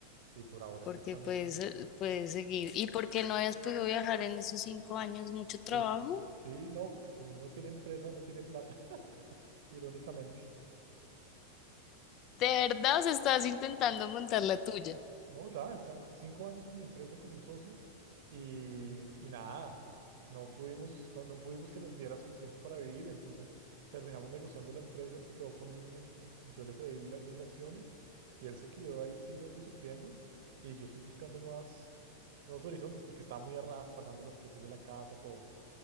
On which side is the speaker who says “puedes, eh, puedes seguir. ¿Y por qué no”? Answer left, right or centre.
Left